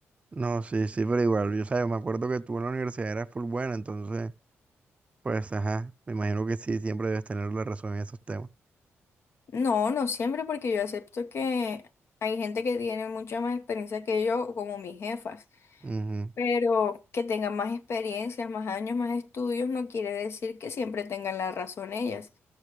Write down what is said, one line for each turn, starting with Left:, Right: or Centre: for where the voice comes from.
Right: No, sí, sí, pero igual, yo, sabes me acuerdo que tú en la universidad eras full buena, entonces, pues, ajá, me imagino que sí, siempre debes tener la razón en esos temas.
Left: No, no siempre, porque yo acepto que hay gente que tiene mucha más experiencia que yo, como mis jefas.
Right: Ujú.
Left: Pero que tengan más experiencias, más años, más estudios, no quiere decir que siempre tengan la razón ellas.